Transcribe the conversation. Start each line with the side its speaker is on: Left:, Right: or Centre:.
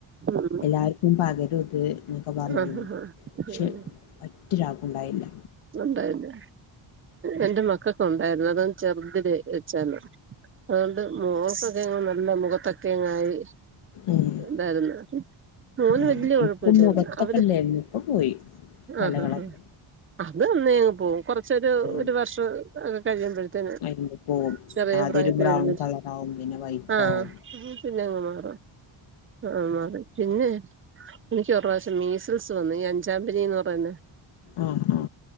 Right: ഉം
Left: എല്ലാവർക്കും പകരും. അവര് ഇത്ക്കെ പറഞ്ഞിരുന്നു
Right: ആ ഹാ ഹാ
Left: പക്ഷെ
Right: ഉം
Left: മറ്റൊരാക്കണ്ടായില്ല.
Right: ഉണ്ടായിരുന്നു എന്റെ മക്കൊക്കെ ഉണ്ടായിരുന്നു അതൊ ചെറുതില് വെച്ചരുന്നു അതുകൊണ്ട് മുഖക്കൊക്കെ നല്ല മുഖത്തൊ ഒക്കെങ്ങായി
Left: ഏഹ്
Right: ഉണ്ടായിരുന്നു. മോന്.
Left: ആഹ്
Right: വലൃ കുയഴപ്പില്ലായിരുന്നു
Left: ഇപ്പം മുഖത്തൊക്കെ
Right: അവര്
Left: ഉണ്ടായിരുന്നു ഇപ്പൊ പോയി കലകളൊക്കെ
Right: ആ ഹ ഹ അത് അന്ന്ങ്ങ് പോവും കൊറച്ചൊരു
Left: ആഹ്
Right: ഒരു വർഷം ഒക്കെ കഴിയുമ്പോഴത്തേന്
Left: വരുമ്പോ പോവും
Right: ചെറിയ
Left: ആദ്യം
Right: പ്രായത്തിൽ
Left: ഒരു ബ്രൗൺ
Right: വരുന്നിത്
Left: കളറാവും പിന്നെ വൈറ്റ്
Right: ആഹ
Left: ആവും
Right: പിന്നെങ്ങ്. ആ ആഹ മണ്. പിന്നെ എനിക്കൊരു പ്രാവശ്യം മീസിൽസ് വന്നു ഈ അഞ്ചാമ്പനീന്ന് പറയുന്നെ.
Left: ആഹ ആഹ.